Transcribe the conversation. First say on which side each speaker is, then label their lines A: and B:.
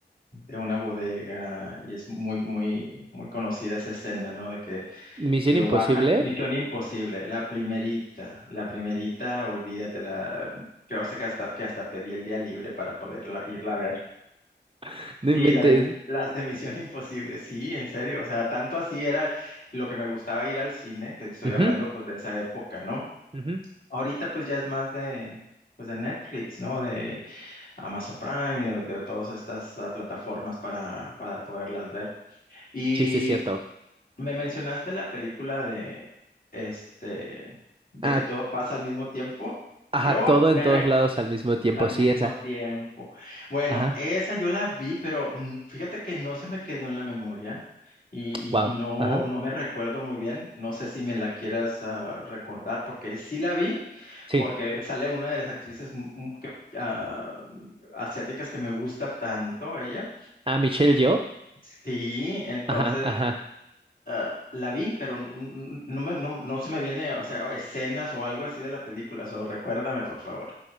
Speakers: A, on the left (about 50°); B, on the right (about 30°).
A: de una bodega y es muy, muy, muy conocida esa escena, ¿no? De que
B: Misión
A: Lo
B: Imposible.
A: bajan. Misión Imposible, la primerita, la primerita, olvídatela. Creo hasta que hasta, que hasta pedí el día libre para poderla irla a ver.
B: <laughs> No
A: Sí,
B: inventes.
A: la de, mi- las de Misión <laughs> Imposible, sí, en serio. O sea, tanto así era lo que me gustaba ir al cine. Te estoy
B: Ujú,
A: hablando pues de esa época, ¿no?
B: ujú.
A: Ahorita pues ya es más de, pues de Netflix, ¿no? De Amazon Prime y de, de todas estas ah, plataformas para, para poderlas ver. Y
B: Sí, sí es cierto.
A: me mencionaste la película de este de
B: Ah,
A: que todo pasa al mismo tiempo.
B: ajá,
A: Creo
B: todo
A: me
B: en todos
A: re-
B: lados al mismo tiempo,
A: al
B: sí,
A: mismo
B: esa.
A: tiempo. Bueno,
B: Ajá.
A: esa yo la vi, pero mm, fíjate que no se me quedó en la memoria y,
B: Wow.
A: y- y no,
B: Ajá.
A: no me recuerdo muy bien. No sé si me la quieras ah, recordar, porque sí la vi,
B: Sí.
A: porque sale una de las actrices mm, mm, que, ah, asiáticas que me gusta tanto, ella.
B: Ah, Michelle Yeoh.
A: Sí, entonces
B: Ajá, ajá.
A: ah, la vi, pero n- n- no, me- no, no se me viene, o sea, escenas o algo así de la película, so recuérdame, por favor.